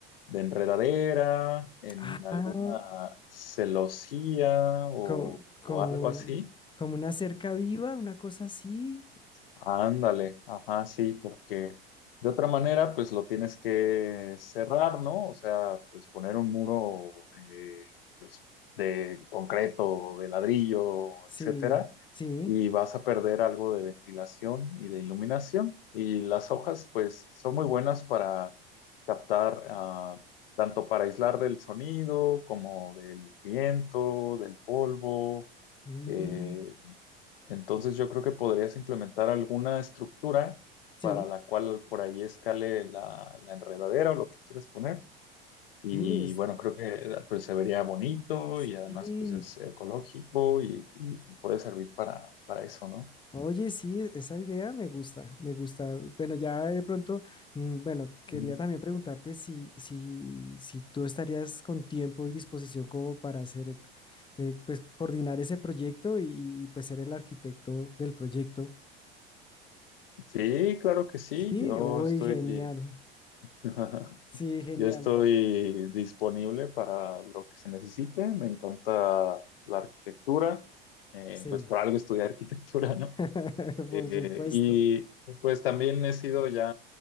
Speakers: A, on the left; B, on the left.
A: de enredadera en
B: Ah,
A: alguna celosía o,
B: como, como,
A: o algo así,
B: como una cerca viva, una cosa así.
A: Ándale, ajá, sí, porque de otra manera, pues lo tienes que cerrar, ¿no? O sea, pues poner un muro, eh, pues, de concreto, de ladrillo,
B: Sí,
A: etcétera,
B: sí,
A: y vas a perder algo de ventilación y de iluminación. Y las hojas, pues, son muy buenas para captar, ah, tanto para aislar del sonido como del viento, del polvo
B: mm,
A: eh, entonces yo creo que podrías implementar alguna estructura
B: sí,
A: para la cual por ahí escale la, la enredadera o lo que quieras poner. Y
B: mm, es-
A: bueno, creo que pues, se vería bonito
B: sí.
A: y además pues es ecológico y, y puede servir para, para eso, ¿no?
B: Oye, sí, e- esa idea me gusta, me gusta. Bueno, ya de pronto, mm, bueno, quería
A: Ujú.
B: también preguntarte si, si, si tú estarías con tiempo y disposición como para hacer, eh, pues coordinar ese proyecto y, y, pues ser el arquitecto del proyecto.
A: Sí, claro que sí.
B: Sí,
A: Yo
B: uy,
A: estoy,
B: genial.
A: <laughs>
B: Sí, genial.
A: yo estoy disponible para lo que se necesite. Me encanta la arquitectura. Eh,
B: Sí.
A: pues por algo estudié arquitectura, no
B: <laughs> Por
A: Eh,
B: supuesto.
A: y pues también he sido ya,